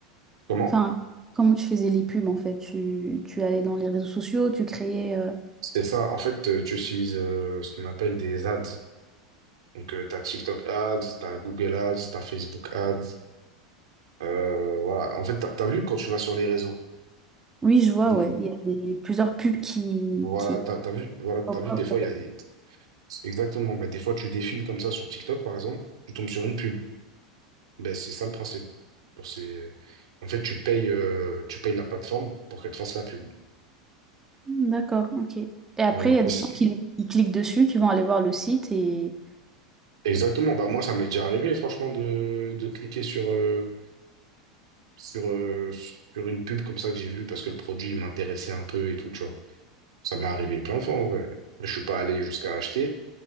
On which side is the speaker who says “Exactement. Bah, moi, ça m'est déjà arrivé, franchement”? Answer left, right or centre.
Right